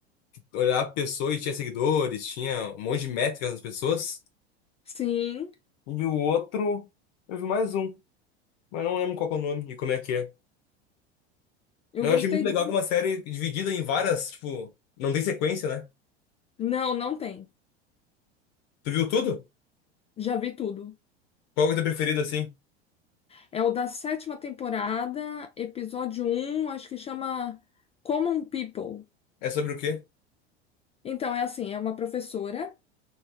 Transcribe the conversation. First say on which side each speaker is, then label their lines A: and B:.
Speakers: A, on the left; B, on the left.
A: olhar a pessoa e tinha seguidores, tinha um monte de métricas nas pessoas.
B: Sim,
A: E o outro. Eu vi mais um, mas não lembro qual que é o nome e como é que é.
B: eu
A: Mas
B: gostei
A: eu achei muito legal
B: de.
A: que é uma série dividida em várias, tipo, não tem sequência, né?
B: Não, não tem.
A: Tu viu tudo?
B: Já vi tudo.
A: Qual que é o teu preferido, assim?
B: É o da sétima temporada, episódio um acho que chama Common People.
A: É sobre o quê?
B: Então, é assim, é uma professora